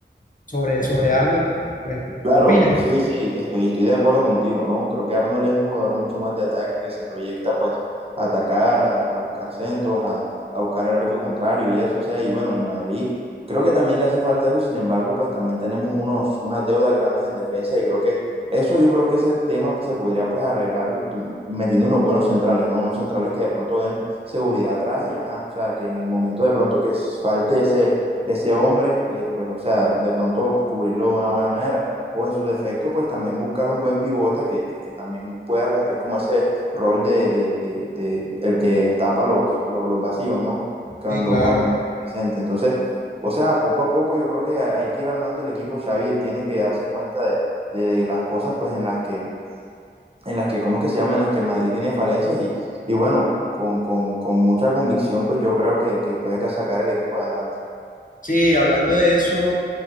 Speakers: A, on the left; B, on the right.
A: sobre, sobre Arnold, pues
B: Claro,
A: opines,
B: sí,
A: pero
B: sí, estoy, estoy de acuerdo contigo, ¿no? Creo que Arnold es un jugador mucho más de ataque que se proyecta pues a atacar, a, a buscar centros, a, a buscar el arco contrario y eso, o sea, y bueno, al Madrid creo que también le hace falta eso, sin embargo, pues también tenemos unos, unas deudas grandes en defensa y creo que eso yo creo que ese tema pues, se podría pues arreglar t- metiendo unos buenos centrales, ¿no? Unos centrales que de pronto den seguridad atrás y ajá, o sea, que en el momento de pronto que falte ese, ese hombre, eh, pues o sea, de pronto cubrirlo de una buena manera o en su defecto, pues también buscar un buen pivote que, que, que también pueda cumplir como ese rol de, de, de, de el que tapa los, los, los, vacíos, ¿no? Cuando,
A: Sí, claro.
B: cuando presente. Entonces, o sea, poco a poco yo creo que hay que ir armando el equipo. Xavi tiene que darse cuenta de, de de las cosas, pues, en las que, en las que, ¿cómo es que se llama? En las que el Madrid tiene falencias y, y bueno, con, con, con, mucha convicción, pues yo creo que, que puede sacar el equipo adelante.
A: sí, hablando de eso,